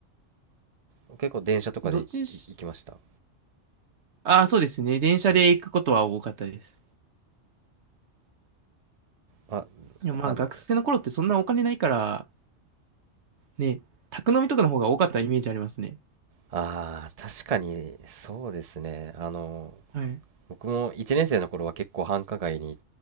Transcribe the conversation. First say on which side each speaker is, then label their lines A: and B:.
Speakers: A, on the right; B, on the right.
A: あ、結構電車とかでいい行きました。
B: どっちにし、ああ、そうですね。電車で行くことは多かったです。
A: はい。あ、
B: いやまあ学生の頃ってそんなお金ないから、
A: あの、
B: ね、宅飲みとかの方が多かったイメージありますね。
A: ああ、確かにそうですね。あの、
B: はい。
A: 僕も1年生の頃は結構繁華街に、